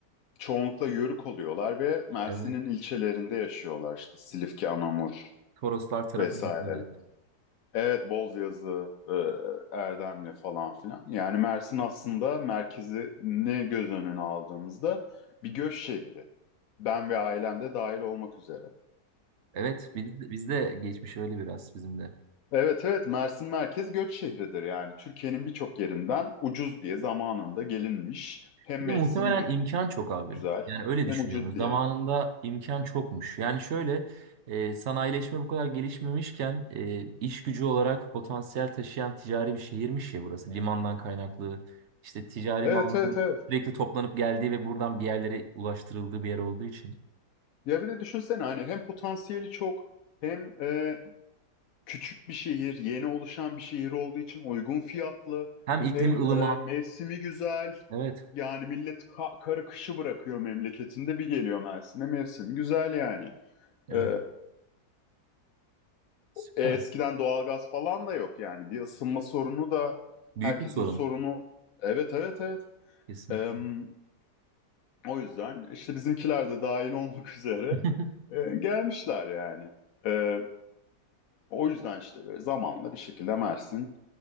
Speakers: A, on the left; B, on the right.
A: çoğunlukla Yörük oluyorlar ve Mersin'in
B: Evet.
A: ilçelerinde yaşıyorlar işte Silifke, Anamur
B: Toroslar tarafı.
A: vesaire.
B: Evet.
A: Evet Bozyazı, e, Erdemli falan filan. Yani Mersin aslında merkezini göz önüne aldığımızda bir göç şehri. Ben ve ailem de dahil olmak üzere.
B: Evet, biz, biz de geçmiş öyle biraz bizim de.
A: Evet evet Mersin merkez göç şehridir yani Türkiye'nin birçok yerinden ucuz diye zamanında gelinmiş hem
B: Bir
A: mevsimi
B: de muhtemelen
A: gü-
B: imkan çok abi.
A: güzel
B: Yani öyle
A: hem
B: düşünüyorum.
A: ucuz
B: Zamanında
A: diye.
B: imkan çokmuş. Yani şöyle e, sanayileşme bu kadar gelişmemişken e, iş gücü olarak potansiyel taşıyan ticari bir şehirmiş ya burası. Limandan kaynaklı işte ticari
A: Evet
B: malların
A: evet evet
B: sürekli toplanıp geldiği ve buradan bir yerlere ulaştırıldığı bir yer olduğu için.
A: ya bir de düşünsene hani hem potansiyeli çok hem e, küçük bir şehir yeni oluşan bir şehir olduğu için uygun fiyatlı
B: Hem iklimi
A: hem
B: ılıman.
A: e, mevsimi güzel
B: Evet.
A: yani millet ka- karı kışı bırakıyor memleketinde bir geliyor Mersin'e mevsimi güzel yani.
B: Evet.
A: E,
B: Süper.
A: E, eskiden doğalgaz falan da yok yani. Bir ısınma sorunu da
B: Büyük
A: herkesin
B: bir sorun.
A: sorunu. Evet evet evet.
B: Kesinlikle.
A: Em, o yüzden işte bizimkiler de dahil olmak <laughs> üzere
B: <laughs>
A: e, gelmişler yani. E, o yüzden işte böyle zamanla bir şekilde Mersin